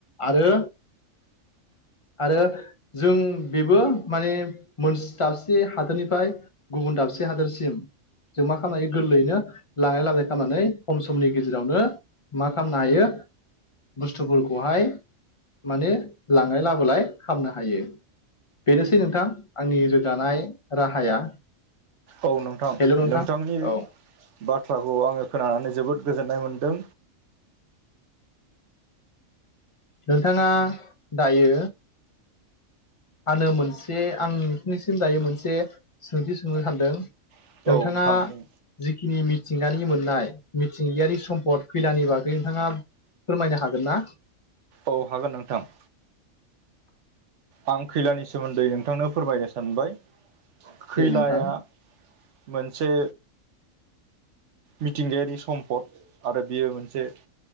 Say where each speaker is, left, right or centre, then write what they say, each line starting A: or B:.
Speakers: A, on the left (about 40°); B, on the right (about 65°).
A: आरो आरो जों बेबो माने मोनसे दाबसे हादोरनिफ्राय गुबुन दाबसे हादोरसिम जों मा खालामनो गोरलैयैनो लांलाय लाबलाय खालामनानै खम समनि गेजेरावनो मा खालामनो हायो बुस्थुफोरखौहाय माने लांलाय लाबोलाय खामनो हायो। बेनोसै नोंथां आंनि रोगानाय राहाया।
B: औ नोंथां
A: हेल' नोंथां
B: नोंथांनि
A: औ
B: बाथ्राखौ आंङो खोनानानै जोबोद गोजोननाय मोनदों।
A: नोंथांङा दायो आनो मोनसे आं नोंनिसिम दायो मोनसे सोंथि सोंनो सानदों
B: औ
A: नोंथांङा
B: नोंथां बुं।
A: जिखिनि मिथिंगानि मोननाय मिथिंगायारि सम्पद खैलानि बागै नोंथाङा फोरमायनो हागोन ना
B: औ हागोन नोंथां। आं खैलानि सोमोन्दै नोंथांनो फोरमायनो सानबाय खैलाया
A: दे नोंथां
B: मोनसे मिथिंगायारि सम्पद आरो बियो मोनसे